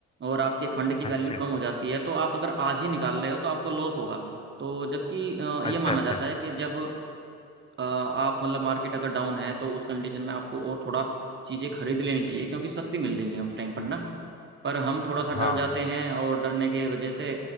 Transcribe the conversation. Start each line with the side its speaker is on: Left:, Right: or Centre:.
Right: और आपके फंड की
Left: अच्छा
Right: वैल्यू कम हो जाती है तो आप अगर आज ही निकाल रहे हो तो आपको लॉस होगा तो जबकि अ, ये
Left: अच्छा
Right: माना
Left: अच्छा
Right: जाता है कि जब अ, आप मतलब मार्केट अगर डाउन है तो उस कंडीशन में आपको और थोड़ा चीज़ें खरीद लेनी चाहिए क्योंकि सस्ती मिल रही हैं उस टाइम पर ना पर हम थोड़ा सा
Left: हाँ
Right: डर जाते हैं और डरने के वजह से